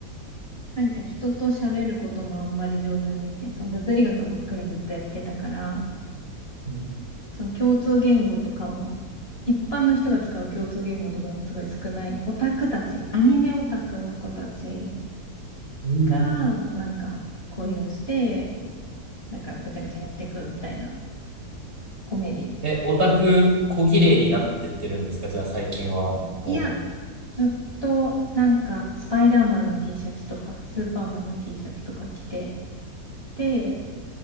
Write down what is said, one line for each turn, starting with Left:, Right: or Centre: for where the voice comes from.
Left: <laughs> なんか人と喋ることもあんまり上手にできない。そう、物理学ばっかりずっとやってたから、
Right: うん
Left: その共通言語とかも、一般の人が使う共通言語とかがすごい少ない。オタクたち、アニメオタクの子たち
Right: うん
Left: が、なんか恋をして、なんかぐちゃぐちゃやっていくみたいなコメディです。
Right: え、オタク、小綺麗になってってるんですかじゃあ最近は。も
Left: いや、ずっとなんかスパイダーマンの T シャツとかスーパーマンの T シャツとか着て、で、